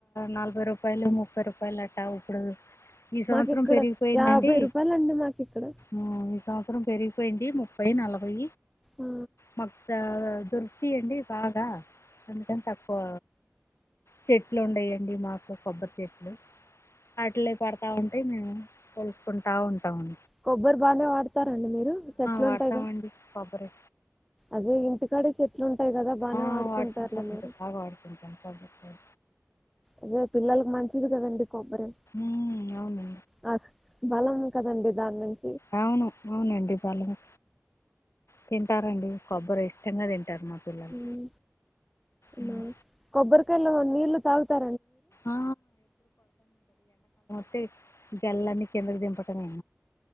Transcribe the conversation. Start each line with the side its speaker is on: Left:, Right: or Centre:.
Left: నలభై రూపాయలు ముప్పై రూపాయలు అట్టా ఇప్పుడు ఈ సంవత్సరం
Centre: మాకు ఇక్కడ
Left: పెరిగిపోయిందండి
Centre: యాభై రూపాయలండి మాకు ఇక్కడ
Left: ఉమ్ ఈ సంవత్సరం పెరిగిపోయింది ము ప్పై నలభై
Centre: ఆ.
Left: మాకు దొరుకుతాయి అండి బాగా అందుకని తక్కువ చెట్లు ఉండయండి మాకు కొబ్బరి చెట్లు అట్లే పడతా ఉంటాయి మేము పొలుసుకుంటా ఉంటాము
Centre: కొబ్బరి బానే వాడతారండి మీరు చెట్లుంటాయి
Left: వాడతామండి
Centre: క
Left: కొబ్బరి
Centre: అదే ఇ ఇంటికాడే చెట్లు ఉంటాయి కదా బాగానే
Left: ఆ
Centre: వాడుకుంటారులే
Left: వాడుకుంటామండి
Centre: మీరు
Left: బాగా వాడుకుంటాం కొబ్బరికాయ
Centre: అదే పిల్లలకు మంచిది కదండి కొబ్బరి
Left: ఉమ్ అవును
Centre: ఆ, బలం కదండి దానినుంచి
Left: అవును అవునండి బలమే తింటారండి కొబ్బరి ఇష్టంగా తింటారు మా పిల్లలు
Centre: ఉమ్
Left: ఉమ్.
Centre: మా కొబ్బరికాయలో నీళ్లు తాగుతా
Left: ఆ ఆ గల్లన్ని కిందకి దింపటమే